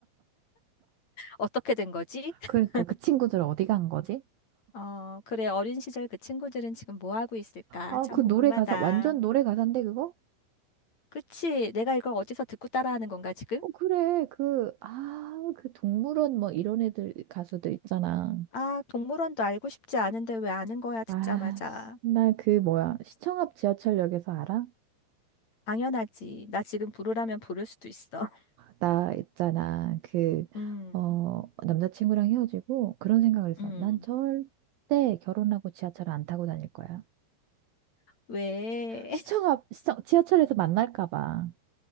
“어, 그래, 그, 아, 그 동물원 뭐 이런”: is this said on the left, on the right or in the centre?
Right